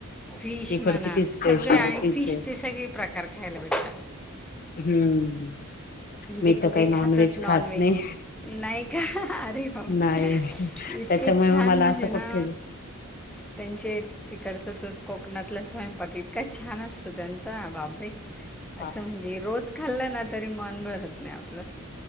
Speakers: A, in the centre; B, on the left.
A: फिश
B: तिकडची
A: म्हणा
B: तीच स्पेशल
A: सगळे आणि
B: तीच
A: फिशचे
B: आहे
A: सगळे प्रकार खायला भेटतात.
B: हम्म! मी
A: जे
B: तर काही
A: जे
B: नॉनव्हेज
A: खातात नॉनव्हेज,
B: खात नाही
A: नाही का अरे बाप
B: नाही
A: इतकी
B: त्याच्यामुळे
A: छान
B: मग मला
A: म्हणजे
B: असं
A: ना!
B: <inaudible>
A: त्यांचे तिकडचा तो कोकणातला स्वयंपाक इतका छान असतो त्यांचा बाबरे!
B: <inaudible>
A: असं म्हणजे रोज खाल्लं ना तरी मन भरत नाही आपलं.